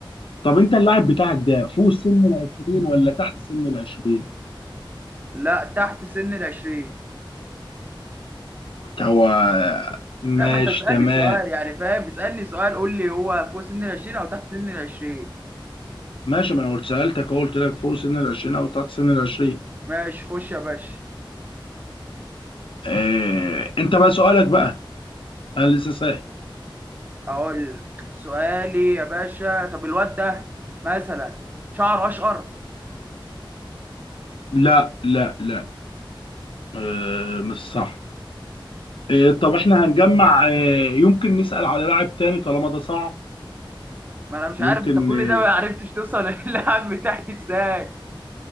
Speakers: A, on the left (about 75°); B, on the right (about 20°).
A: طب انت اللاعب بتاعك ده فوق سن العشرين ولا تحت سن العشرين
B: لا تحت سن العشرين
A: هو ماشي
B: لا ما انت تسألني
A: تمام
B: سؤال يعني فاهم بتسألني سؤال قول لي هو فوق سن العشرين او تحت سن العشرين
A: ماشي ما انا قلت سألتك أهو، قلت لك فوق سن العشرين او تحت سن العشرين
B: ماشي خش يا باشا
A: آه، انت بقى سؤالك بقى انا لسه سائل
B: اقول لك سؤالي يا باشا طب الواد ده مثلا شعره اشقر
A: لا لا لا آه، مش صح آه، طب احنا هنجمع آه، يمكن نسأل على لاعب تاني طالما ده صعب
B: ما انا مش
A: يمكن
B: عارف انت كل
A: آه،
B: ده ما عرفتش توصل <laughs> للاعب بتاعي ازاي